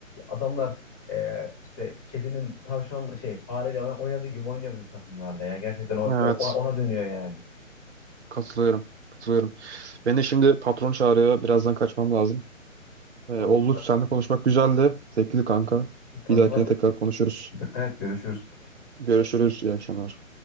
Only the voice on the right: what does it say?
Evet,
katılıyorum. Katılıyorum. Beni şimdi patron çağırıyor. Birazdan kaçmam lazım. Ee,
Ollu
seninle konuşmak güzeldi. Zevkli kanka.
Bir dahakine
tekrar konuşuruz.
Görüşürüz. İyi akşamlar.